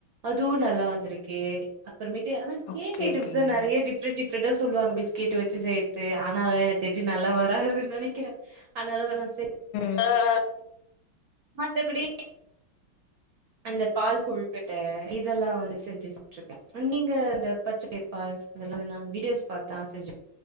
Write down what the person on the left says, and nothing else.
ஓகே
ஓகேங்க
ஆஹ் ஆஹ்